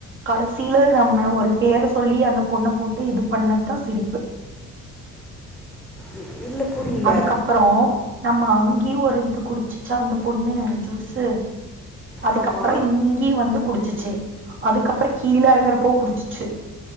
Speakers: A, on the right; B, in the centre.
A: கடைசியில நம்ம ஒரு பேர சொல்லி அந்த பொண்ண போட்டு இது பண்ணது தா சிரிப்பு
B: ம் இல்ல புரியல
A: அதுக்கப்புறோ நம்ம அங்கேயு ஒரு இது குடிச்சிச்சா அந்த பொண்ணு அ ஜுஸு அதுக்கப்புறோ
B: ஆமா
A: இங்கேயு வந்து குடிச்சிச்சு அதுக்கப்புறோ கீழே எறங்கறப்போ குடிச்சிச்சு